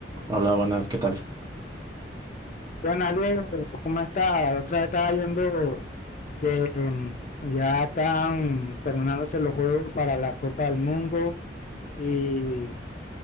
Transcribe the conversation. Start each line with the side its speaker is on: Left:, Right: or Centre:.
Right: Hola, buenas, ¿qué tal?
Left: Bueno, Diego, ¿cómo está? La otra vez estaba viendo que em, ya están terminándose los juegos para la Copa del Mundo y